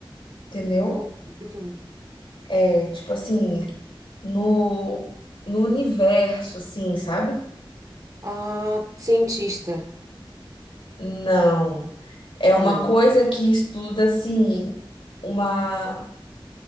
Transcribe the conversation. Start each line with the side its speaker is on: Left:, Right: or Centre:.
Left: entendeu?
Right: Não. Muito.
Left: É tipo assim, no, no universo, assim, sabe?
Right: Ah, cientista.
Left: Não. É uma
Right: Não.
Left: coisa que estuda, assim, uma